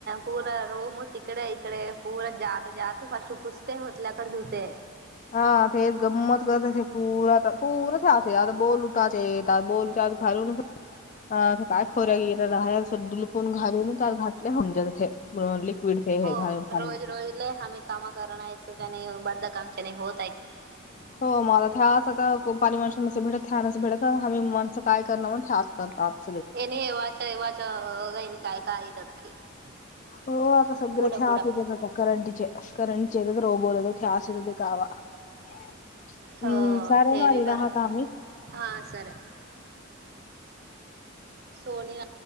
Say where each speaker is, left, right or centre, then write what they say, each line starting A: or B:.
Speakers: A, on the right; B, on the left.
A: पूरा रोम तिकडे इकडे पुर जात जात हशुपसते होतल्याकडे धुते.
B: <unintelligible> <unintelligible> <unintelligible>
A: हो <unintelligible>
B: <unintelligible>
A: <unintelligible>
B: <unintelligible>
A: पुढं पुढं
B: <unintelligible>
A: हो, थे बी बर्मा. हा सर सोनी